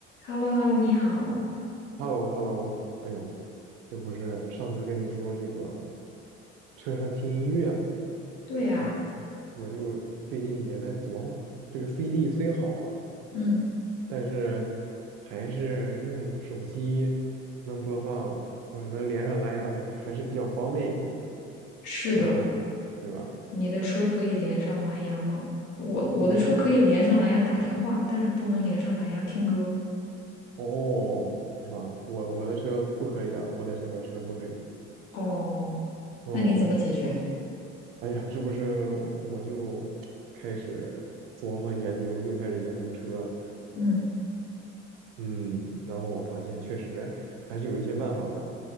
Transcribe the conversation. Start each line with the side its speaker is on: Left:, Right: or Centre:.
Left: h e l l o h e l l o 你好。
Right: h e l l o h e l l o 哎呦，这不是上次跟你说这个车上听音乐嘛？
Left: 对呀，
Right: 哎，我就最近也在琢磨，这个 CD 虽好啊，
Left: 嗯，
Right: 但是还是用手机能播放或者能连上蓝牙还还是比较方便一点，
Left: 是的，
Right: 不知道你对吧？
Left: 你的车可以连上蓝牙吗？我我的车可以连上蓝牙打电话，
Right: 我的车
Left: 但是不能连上蓝牙听歌。
Right: 哦，是吧？我我的车不可以啊，我在这边车不可以。
Left: 哦，
Right: 哦，
Left: 那你怎么解决？
Right: 哎呀，是不是我就开始琢磨研究，又开始研究车了？
Left: 嗯
Right: 嗯，然后我发现确实还是有一些办法的哦。